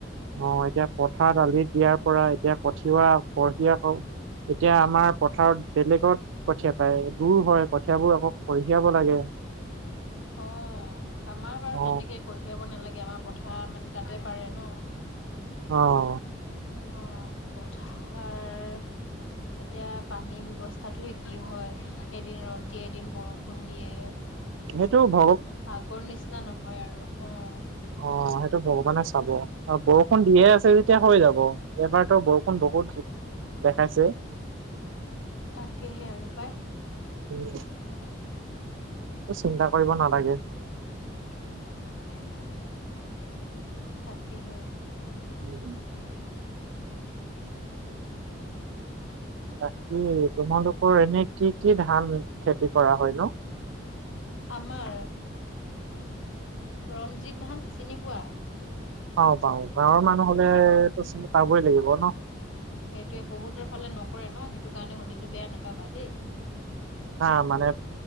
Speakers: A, on the right; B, on the left.
A: অ, এতিয়া পথাৰত আলি দিয়াৰ পৰা এতিয়া কঠিওৱা কঠীয়া এতিয়া আমাৰ পথাৰত বেলেগত কঠিয়া পাৰে, দূৰ হয় কঠিয়াবোৰ আকৌ কঢ়িয়াব লাগে।
B: অ, আমাৰ বাৰু
A: অ
B: তেনেকে কৈ য়াব নালাগে, আমাৰ পথাৰ মানে তাতে পাৰে ন।
A: অ
B: অ, পথাৰ এতিয়া পানীৰ ব্যৱস্থাটোহে কি হয়, এদিন ৰ'দ দিয়ে, এদিন বৰষুণ দিয়ে।
A: হেইটো ভ
B: আগৰ নিচিনা নহয় আৰু অ'
A: অ' সেইটো ভগৱানে চাব। অ' বৰষুণ দিয়ে আছে যেতিয়া হৈ যাব এবাৰতো বৰষুণ বহুত দেখাইছে। <inaudible>
B: তাকেহে আৰু পায়।
A: উম একো চিন্তা কৰিব নালাগে।
B: <inaudible> তাকেহে
A: উম বাকী তোমালোকৰ এনে কি কি ধান খেতি কৰা হয় নো?
B: আমাৰ ৰঞ্জিত ধান চিনি পোৱা?
A: পাওঁ পাওঁ গাঁৱৰ মানুহ হ'লে
B: অ',
A: ত' চিনি পাবই লাগিব ন'।
B: সেইটোৱে বহুতৰ ফালে নকৰে ন' সেইটো কাৰণে সুধিলোঁ বেয়া নাপাবা দেই।
A: না মানে